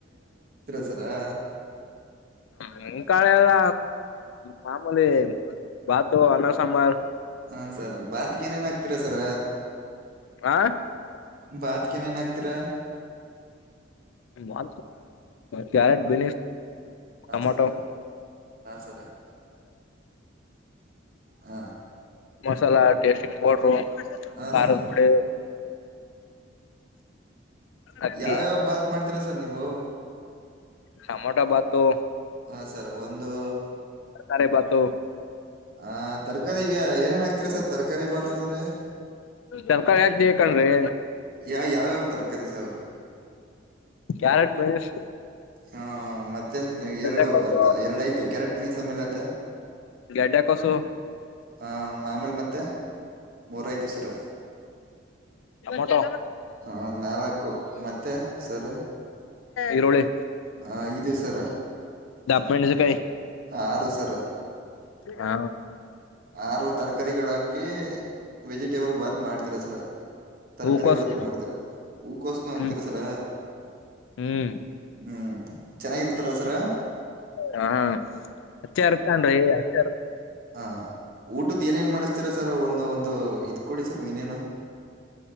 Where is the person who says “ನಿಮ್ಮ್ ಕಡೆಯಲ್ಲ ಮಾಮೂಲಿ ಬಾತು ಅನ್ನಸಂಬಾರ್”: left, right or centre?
Left